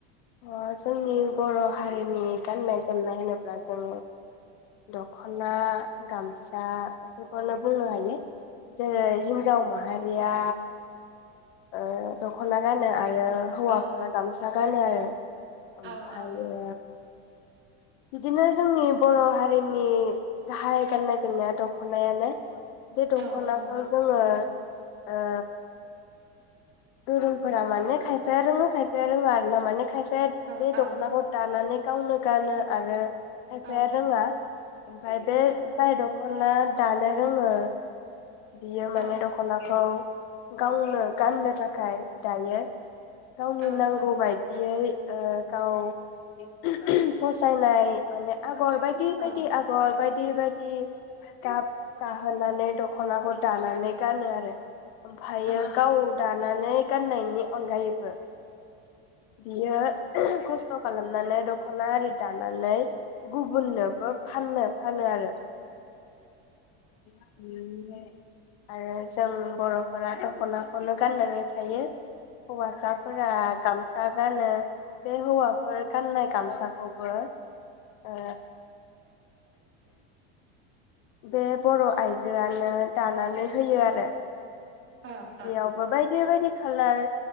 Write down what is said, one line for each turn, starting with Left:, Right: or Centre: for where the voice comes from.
Left: अ जोंनि बर' हारिनि गाननाय जोमनाय होनोब्ला जों दखना गामसा बेखौनो बुंनो हायो जेरै हिनजाव माहारिया ओ दखना गानो आ रो हौवाफोरा
Right: औ
Left: गामसा गानो आरो ओमफायो
Right: औ औ
Left: बिदिनो जोंनि बर हारिनि गाहाय गाननाय जोमनाया दखनायानो। बे दखनाखौ
Right: औ औ
Left: जोङो ओ गोरोंफोरा माने खायफाया रोङो खायफाया रोङा आरोना माने खाय फाया
Right: औ
Left: बे
Right: औ
Left: दखनाखौ दानानै गावनो गानो आरो खायफाया
Right: औ
Left: रोङा ओमफाय
Right: औ
Left: बे
Right: औ
Left: जाय दखना दानो रोङो बियो माने
Right: औ
Left: दखनाखौ गावनो गाननो था खाय दायो। गावनि
Right: औ
Left: नांगौ
Right: औ
Left: बायदियै ओ गाव फसायनाय माने आग गर बायदि बायदि
Right: औ
Left: आगर बाय दि बायदि गाब गाहोनानै दखनाखौ दानानै गानो आरो ओमफायो
Right: औ औ औ
Left: गाव दा नानै गाननायनि अनगायैबो बियो खस थ खालामनानै दखना आरि दानानै गुबुननोबो फाननो फानो आरो <inaudible> आरो जों बर फोरा दखनाखौनो गान्नानै थायो। हौवासाफोर गाम सा गानो बे हौवाफोर गानाय गामसा खौबो ओ बे बर' आइजोआनो दानानै होयो आरो
Right: अ
Left: बेयावबो
Right: अ
Left: बायदि बायदि खालार